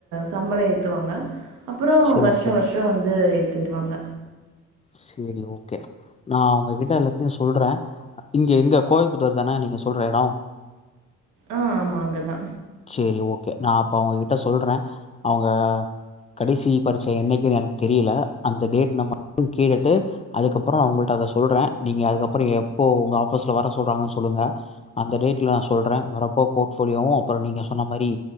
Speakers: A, on the right; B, on the left.
A: சம்பளோ ஏத்துவாங்க அப்பறோ
B: சேரி
A: வர்ஷோ
B: ஓகே
A: வர்ஷோ வந்து ஏத்திருவாங்க
B: செரி ஓகே நா அவுங்ககிட்ட எல்லாத்தையு சொல்றே இங்க எங்க கோவில்புத்தூர் தான நீங்க சொல்ற எடோ
A: ஆ ஆமா அங்கதா
B: செரி ஓகே நா அப்ப அவுங்ககிட்ட சொல்றே அவுங்க கடைசி பரிச்ச என்னைக்குனு எனக்கு தெரில அந்த டேட் நா மட்டு கேட்டுட்டு அதுக்கப்றோ அவுங்கள்ட்ட அத சொல்றே நீங்க அதுக்கப்றோ எப்போ உங்க ஆஃபீஸ்ல வர சொல்றாங்கனு சொல்லுங்க அந்த டேட்டல நா சொல்றே வரப்போ போர்ட் ஃபோலியோவு அப்றோ நீங்க சொன்ன மாரி